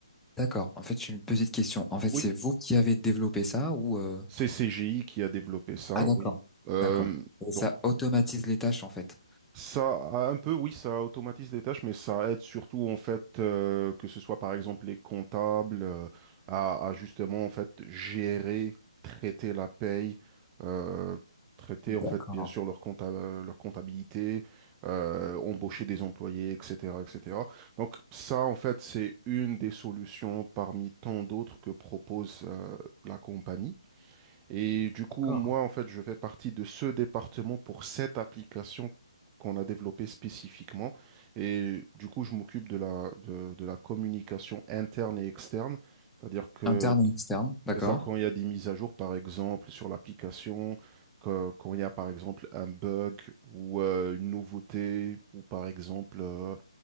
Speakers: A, in the centre; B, on the right.
A: d'accord. En fait, j'ai une petite question. En fait, c'est
B: Oui,
A: vous qui avez développé ça ou euh,
B: c'est CGI qui a développé ça,
A: Ah, d'accord.
B: oui. Euh,
A: D'accord. Et
B: donc
A: ça automatise les tâches, en fait.
B: Ça, a un peu, oui, ça automatise des tâches, mais ça aide surtout, en fait, euh, que ce soit, par exemple, les comptables, euh, à, à justement, en fait, gérer, traiter la paye, euh, traiter,
A: D'accord.
B: en fait, bien sûr, leur compta- euh, leur comptabilité, euh, embaucher des employés, etc., etc. Donc, ça, en fait, c'est une des solutions parmi tant d'autres que propose, euh, la compagnie. Et du coup,
A: D'accord.
B: moi, en fait, je fais partie de ce département pour cette application qu'on a développée spécifiquement. Et du coup, je m'occupe de la, de, de la communication interne et externe. C'est-à-dire que
A: Interne et externe. D'accord.
B: c'est ça quand il y a des mises à jour, par exemple, sur l'application, que- quand il y a, par exemple, un bug ou euh, une nouveauté, ou par exemple, euh,